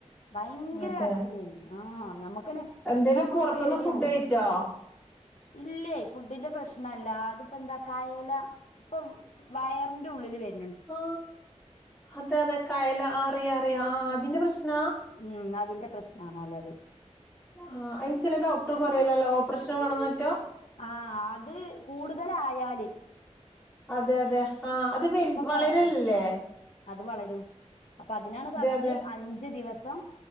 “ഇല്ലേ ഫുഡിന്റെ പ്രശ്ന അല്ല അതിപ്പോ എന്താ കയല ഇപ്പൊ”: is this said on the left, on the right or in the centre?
Left